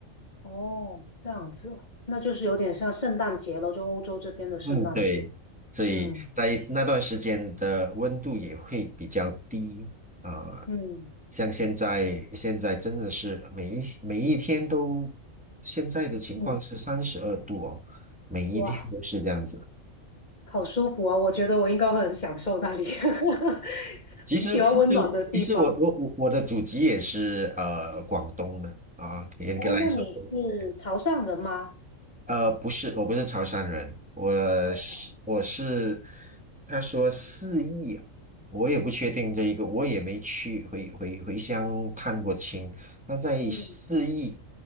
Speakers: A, on the left; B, in the centre.
A: 哦，这样子，那就是有点像圣诞节了，就欧洲这边的圣诞节。
B: 嗯，对，所以在那段时间的温度也会比较低啊，
A: 嗯嗯
B: 像现在现在真的是每一每一天都，现在的情况是三十二度哦，
A: 嗯，
B: 每一天都是这样子。
A: 哇，好舒服啊！我觉得我应该会很享受那里，<laughs>
B: 其实其实其实我我我我的祖籍也是呃广东的啊，
A: 挺喜欢温暖的地方。
B: 严格来说，
A: 哦，那你是潮汕人吗？
B: 我呃不是我不是潮汕人，我是我是
A: 哦，
B: 他说四邑啊我也不确定这一个，我也没去回回回乡探过亲，他在四邑
A: 嗯，